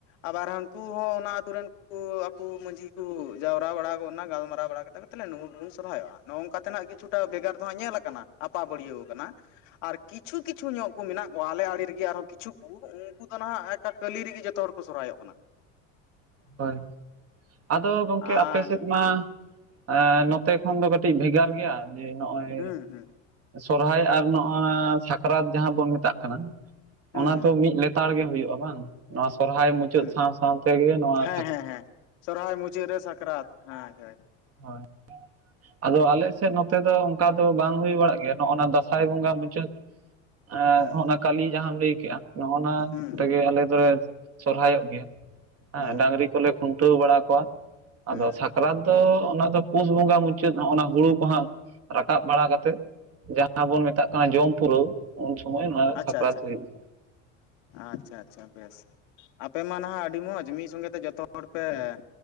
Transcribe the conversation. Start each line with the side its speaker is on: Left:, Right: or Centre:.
Left: ᱟᱵᱟᱨ ᱦᱟᱹᱱᱠᱩ ᱦᱚᱸ ᱚᱱᱟ ᱟᱛᱩ ᱨᱮᱱ ᱠᱚ ᱟᱠᱚ ᱢᱟᱺᱡᱷᱤ ᱠᱚ ᱡᱟᱣᱨᱟ ᱵᱟᱲᱟ ᱜᱚᱫ ᱱᱟ ᱜᱟᱞᱢᱟᱨᱟᱣ ᱵᱟᱲᱟ ᱠᱟᱛᱮ ᱛᱟᱦᱚᱞᱮ ᱱᱩ <unintelligible> ᱜᱮᱵᱚᱱ ᱥᱚᱨᱦᱟᱭᱚᱜᱼᱟ ᱱᱚᱜᱼᱚ ᱱᱚᱝᱠᱟ ᱛᱮᱱᱟᱜ ᱠᱤᱪᱷᱩᱴᱟ ᱵᱷᱮᱜᱟᱨ ᱫᱚ ᱦᱟᱸᱜ ᱧᱮᱞ ᱟᱠᱟᱱᱟ ᱟᱯᱟᱵᱟᱹᱲᱭᱟᱹᱣ ᱟᱠᱟᱱᱟ ᱾ ᱟᱨ ᱠᱤᱪᱷᱩ ᱠᱤᱪᱷᱩ ᱧᱚᱜ ᱠᱚ ᱢᱮᱱᱟᱜ ᱠᱚᱣᱟ ᱟᱞᱮ ᱟᱲᱮ ᱨᱮᱜᱮ ᱟᱨᱦᱚᱸ ᱠᱤᱪᱷᱩ ᱠᱚ ᱩᱱᱠᱩ ᱫᱚ ᱱᱟᱦᱟᱜ ᱮᱠᱟ ᱠᱟᱹᱞᱤ ᱨᱮᱜᱮ ᱡᱚᱛᱚ ᱦᱚᱲ ᱠᱚ ᱥᱚᱨᱦᱟᱭᱚᱜ ᱠᱟᱱᱟ ᱾
Right: ᱦᱳᱭ, ᱟᱫᱚ ᱜᱚᱢᱠᱮ
Left: ᱟᱨ
Right: ᱟᱯᱮ ᱥᱮᱫ ᱢᱟ ᱼᱼ ᱮᱻ ᱱᱚᱛᱮ ᱠᱷᱚᱱ ᱫᱚ ᱠᱟᱹᱴᱤᱡ ᱵᱷᱮᱜᱟᱨ ᱜᱮᱭᱟ ᱡᱮ ᱱᱚᱜᱼᱚᱭ
Left: ᱦᱩᱸ ᱦᱩᱸ
Right: ᱼᱼ ᱥᱚᱨᱦᱟᱭ ᱟᱨ ᱱᱚᱜᱼᱟ ᱥᱟᱠᱨᱟᱛ ᱡᱟᱦᱟᱸ ᱵᱚᱱ ᱢᱮᱛᱟᱜ ᱠᱟᱱᱟ ᱾
Left: ᱦᱩᱸ
Right: ᱚᱱᱟ ᱫᱚ ᱢᱤᱫ ᱞᱮᱼᱼ ᱼᱛᱟᱲ ᱜᱮ ᱦᱩᱭᱩᱜᱼᱟ ᱵᱟᱝ? ᱱᱚᱣᱟ ᱥᱚᱨᱦᱟᱭ ᱢᱩᱪᱟᱹᱫ
Left: ᱦᱩᱸ
Right: ᱥᱟᱶ ᱥᱟᱶ ᱛᱮ ᱜᱮ ᱱᱚᱣᱟ
Left: ᱦᱮᱸ
Right: ᱼᱼ
Left: ᱦᱮᱸ ᱦᱮᱸ ᱥᱚᱨᱦᱟᱭ ᱢᱩᱪᱟᱹᱫ ᱨᱮ ᱥᱟᱠᱨᱟᱛ ᱦᱮᱸ ᱦᱳᱭ ᱾
Right: ᱦᱳᱭ ᱾ ᱟᱫᱚ ᱟᱞᱮ ᱥᱮᱫ ᱱᱚᱛᱮ ᱫᱚ ᱚᱱᱠᱟ ᱫᱚ ᱵᱟᱝ ᱦᱩᱭ ᱵᱟᱲᱟᱜ ᱜᱮᱭᱟ ᱾ ᱱᱚᱜᱼ ᱱᱟ ᱫᱟᱸᱥᱟᱭ ᱵᱚᱸᱜᱟ ᱢᱩᱪᱟᱹᱫ ᱼᱼ ᱮ
Left: ᱦᱩᱸ
Right: ᱱᱚᱜᱼᱱᱟ ᱠᱟᱞᱤ ᱡᱟᱦᱟᱸᱟᱢ ᱞᱟᱹᱭ ᱠᱮᱜᱼᱟ, ᱱᱚᱜᱼᱱᱟ
Left: ᱦᱩᱸ
Right: ᱛᱮᱜᱮ ᱟᱞᱮ ᱫᱚᱞᱮ ᱼᱼ ᱥᱚᱨᱦᱟᱭᱚᱜ ᱜᱮᱭᱟ ᱦᱮᱸ
Left: ᱦᱩᱸ
Right: ᱾ ᱰᱟᱝᱨᱤ
Left: ᱦᱩᱸ
Right: ᱠᱚᱞᱮ ᱠᱷᱩᱱᱴᱟᱹᱣ ᱵᱟᱲᱟ ᱠᱚᱣᱟ ᱾
Left: ᱦᱩᱸ
Right: ᱟᱫᱚ ᱥᱟᱠᱨᱟᱛ
Left: ᱦᱩᱸ
Right: ᱫᱚ ᱚᱱᱟ ᱫᱚ ᱯᱳᱥ ᱵᱚᱸᱜᱟ ᱢᱩᱪᱼᱼ ᱼᱪᱟᱹᱫ ᱱᱚᱜᱼᱚᱱᱟ ᱦᱩᱲᱩ ᱠᱚ ᱦᱟᱸᱜ ᱨᱟᱠᱟᱵ ᱵᱟᱲᱟ ᱠᱟᱛᱮᱫ, ᱡᱟᱦᱟᱸ ᱵᱚᱱ ᱢᱮᱛᱟᱜ ᱠᱟᱱᱟ ᱡᱚᱢ ᱯᱩᱨᱟᱹᱣ ᱾ ᱩᱱ ᱥᱚᱢᱚᱭ ᱱᱚᱣᱟ ᱥᱟᱠᱨᱟᱛ
Left: ᱟᱪᱪᱷᱟ ᱟᱪᱪᱷᱟ
Right: ᱦᱩᱭᱩᱜ ᱼᱼ
Left: ᱟᱪᱪᱷᱟ ᱟᱪᱪᱷᱟ ᱵᱮᱥ ᱟᱯᱮ ᱢᱟ ᱱᱟᱦᱟᱜ ᱟᱹᱰᱤ ᱢᱚᱸᱡᱽ ᱢᱤᱫ ᱥᱚᱸᱜᱮ ᱛᱮ ᱡᱚᱛᱚ ᱦᱚᱲ ᱯᱮ ᱼᱼ